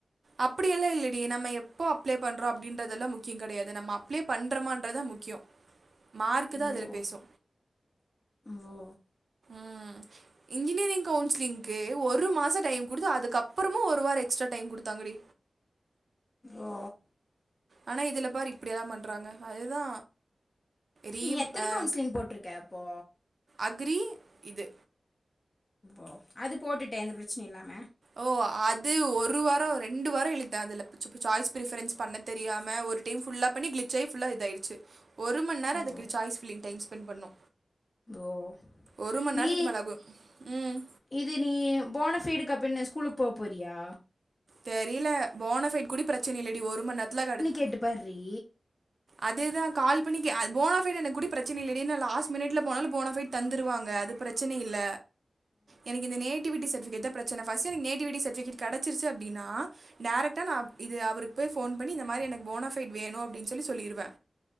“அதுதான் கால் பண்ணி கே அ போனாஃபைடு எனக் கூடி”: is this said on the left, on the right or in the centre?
Right